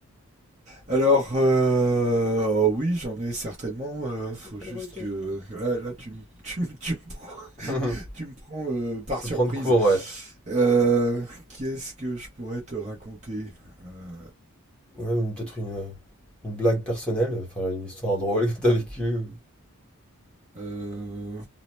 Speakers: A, on the right; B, in the centre.
A: Alors, euh, oh oui, j'en ai certainement. euh, faut
B: Le perroquet.
A: juste que là, là, tu, me- tu, me- tu me prends,
B: <laughs> Je
A: tu me prends, euh, par
B: te
A: surprise.
B: prends de cours, ouais.
A: Euh, Qu'est-ce que je pourrais te raconter Euh,
B: Ou même une- peut-être une, une blague personnelle, enfin une histoire drôle que t'as vécue.
A: Euh,